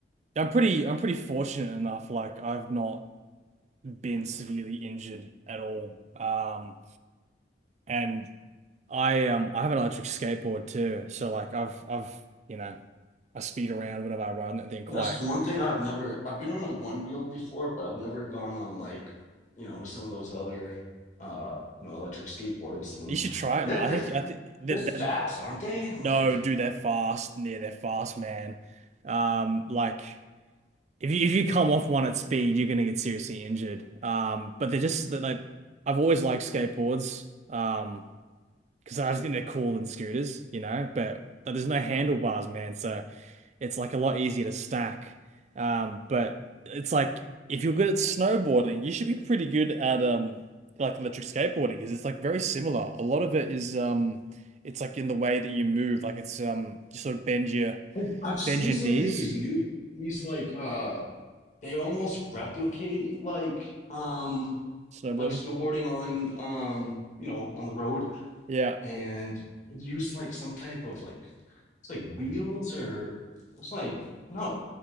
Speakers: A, on the right; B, on the left.
A: I'm pretty I'm pretty fortunate enough. Like I've not been severely injured at all. Um, and I um I have an electric skateboard too. So like I've I've you know I speed around whenever I ride and that quite
B: that's one thing I've never, I've been on a one wheel before, but I've never gone on like, you know, some of those other, uh, you know, electric skateboards and.
A: You should try it,
B: they're.
A: man. I
B: they're
A: think I think that,
B: They're fast,
A: that
B: aren't they? Like
A: no, do their fast. Yeah, they're fast, man. Um, like if you if you come off one at speed, you're gonna get seriously injured. Um, but they're just they're like I've always liked skateboards. Um, because I just think they're cooler than scooters, you know. But, but there's no handlebars, man. So it's like a lot easier to stack. Um, but it's like if you're good at snowboarding, you should be pretty good at um like electric skateboarding because it's like very similar. A lot of it is um it's like in the way that you move, like it's um you sort of bend your
B: I've, I've seen
A: bend your
B: some
A: knees
B: of these new these like uh they almost replicate like um
A: snowboarding.
B: like snowboarding on um you know on the road
A: Yeah.
B: and use like some type of like it's like wheels or it's like no